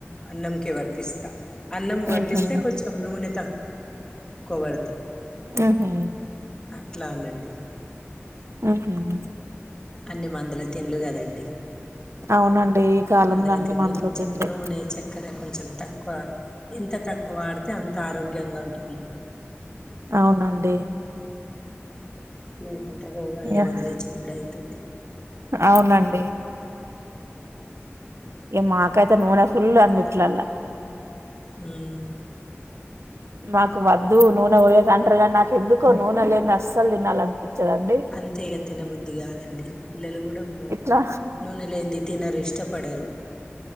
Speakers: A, on the left; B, on the right.
A: అన్నం కే పట్టిస్తా అన్నంముకు
B: హుహు.
A: పట్టిస్తే కొంచెం నూనె తక్కు తక్కువ పడతాయి
B: ఆహా
A: అట్లా అనండి
B: ఆహా అవును
A: అన్ని మందుల తిండ్లు కదండి
B: అవునండి. ఈ కాలంలో
A: మందుల
B: అన్ని
A: తిండ్లు
B: మందులు
A: కొంచెం
B: తిండే.
A: నూనె చక్కెర కొంచెం తక్కువ ఎంత తక్కువ వాడితే అంత ఆరోగ్యంగా ఉంటాము
B: అవునండి
A: లేకుంటే రోగాల్ని
B: యాహ్!
A: కొని తెచ్చుకోనుడు అయితుంది
B: అవునండి ఏ మాకైతే నూనె ఫుల్ అన్నిట్లల్ల
A: ఉమ్
B: నాకు వద్దు నూనె వోయేస్ అంటర్ గన్ నాక్ ఎందుకో నూనె లేంద్ అస్సలు తినాలన్ చ్చదండి
A: అంతేగ తినబుద్ధి కాదండి పిల్లలు కూడా మో
B: ఇట్లా
A: నూనె లేంది తినరు ఇష్టపడరు